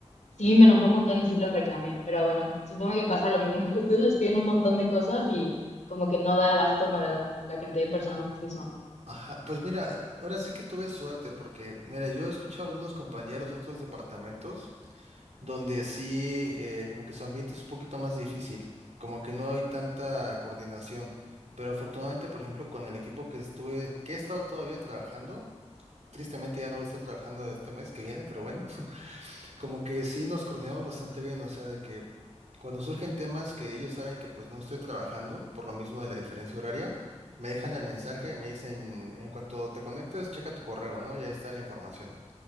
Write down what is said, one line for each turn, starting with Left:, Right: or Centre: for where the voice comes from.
Left: sí me enojó un montón y sí les reclamé, pero bueno, supongo que pasa lo mismo, <laughs> que ustedes les piden un montón de cosas y como que no da abasto para la, la cantidad de personas que son.
Right: ajá. Pues mira, ahora sí que tuve suerte porque, mira, yo he escuchado a algunos compañeros de otros departamentos donde sí, eh, como que su ambiente es un poquito más difícil, como que no hay tanta coordinación. Pero afortunadamente, por ejemplo, con el equipo que estuve, que he estado todavía trabajando, tristemente ya no voy a estar trabajando este mes que viene, pero bueno. como que sí nos coordinamos bastante bien, o sea, de que cuando surgen temas que ellos saben que pues no estoy trabajando, por lo mismo de la diferencia horaria, me dejan el mensaje, me dicen, en cuanto te conectes, checa tu correo, ¿no? Y ahí está la información.